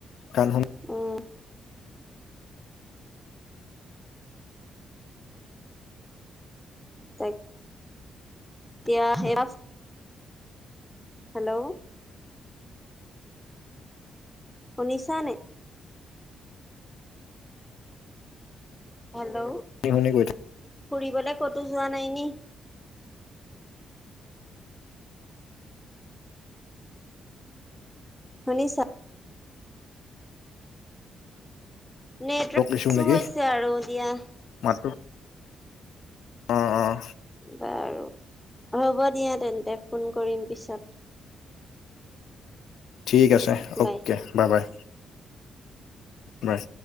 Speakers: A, on the left; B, in the centre.
A: গান শুনি
B: উম টাক <unintelligible> এতিয়া সেই বাছ হেল্ল' শুনিছা নে হেল্ল'
A: শুনি শুনি গৈ থক
B: ফুৰিবলে ক'তো যোৱা নাই নি শুনিছা নেটৱৰ্ক ইছু
A: ইছ্যু নেকি
B: হৈছে আৰু দিয়া
A: মাতটো অ অ
B: বাৰু হ'ব দিয়া তেন্তে ফোন কৰিম পিছত
A: ঠিক আছে অকে
B: বাই
A: বাইবাই বাই